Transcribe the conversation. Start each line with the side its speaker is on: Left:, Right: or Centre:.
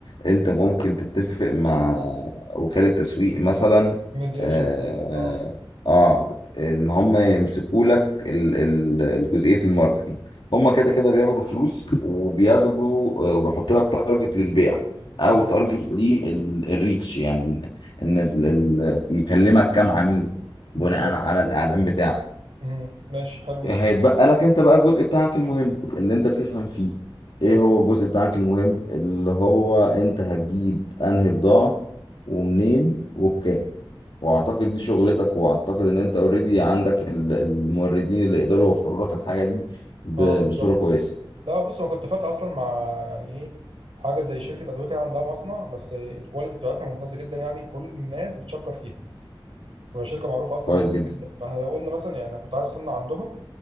Left: انت ممكن تتفق مع وكالة تسويق مثلا
Right: ميديا
Left: اه,
Right: ايجنسي مثلا اه
Left: آه ان هم يمسكوا لك ال- ال- الجزئية الماركتينج هم كده كده بياخدوا فلوس وبياخدوا آه، وبيحط لك تارجت للبيع او
Right: تمام
Left: تارجت للريتش يعني ان ال- ال- يكلمك كام عميل
Right: بالظبط
Left: بناء على الاعلان بتاعك
Right: امم ماشي حلو
Left: هيتبقى
Right: ده
Left: لك انت بقى الجزء بتاعك المهم اللي انت بتفهم فيه ايه
Right: تمام
Left: هو الجزء بتاعك المهم اللي هو انت هتجيب انهي بضاعة ومنين وبكام واعتقد دي شغلتك واعتقد ان انت اوريدي عندك ال- الموردين اللي يقدروا يوفروا لك الحاجة دي ب-
Right: اه بالظبط
Left: بصورة كويسة
Right: لا بص انا كنت فات اصلا مع يعني ايه حاجه زي شركه ادويه كده عندها مصنع بس الكواليتي بتاعتها ممتازه جدا يعني كل الناس بتشكر فيها وهي شركه معروفه اصلا
Left: كويس
Right: من
Left: جدا
Right: زمان جدا فاحنا لو قلنا مثلا يعني انا كنت عايز اصنع عندهم